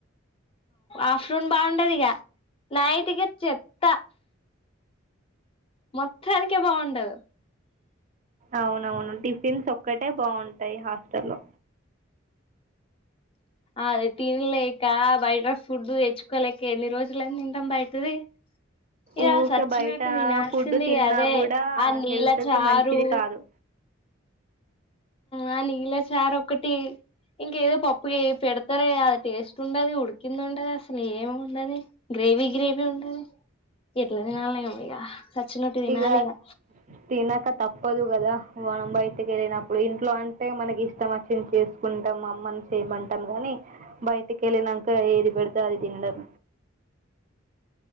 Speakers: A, on the left; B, on the right.
A: ఆఫ్టర్నూన్ బాగుండది ఇగ నైట్ కి చెత్త మొత్తానికె బాగుండదు
B: అవునవును టిఫిన్స్ ఒక్కటే బాగుంటాయి హాస్టలో
A: ఆడ తినలేక బయట ఫుడ్ తెచ్చుకోలేక ఎన్ని రోజులని తింటాం బయటది ఇగ
B: ఊకే
A: సచినట్టు
B: బయట
A: తినాల్సింది
B: ఫుడ్ తిన్నా
A: ఇగ అదే
B: కూడా
A: ఆ నీళ్ళ
B: హెల్త్
A: చారు
B: కి మంచిది కాదు
A: ఆ నీళ్ళ చారు ఒక్కటి ఇంకేదో పప్పు ఏ పెడతార అది టేస్ట్ ఉండది ఉడికింది ఉండది అసలు ఏమి ఉండది గ్రేవి గ్రేవి ఉండది ఎట్లా తినలేమో ఇగ సచ్చినట్టు తినాలిగా
B: ఇక తినక తప్పదు కదా మనం బయటకెళ్ళినప్పుడు ఇంట్లో అంటే మనకిష్టం వచ్చింది చెస్ కుంటాం అమ్మని చేయమంటాం కాని బయటకెళ్ళినంక ఏదిపడ్తే అది తినడం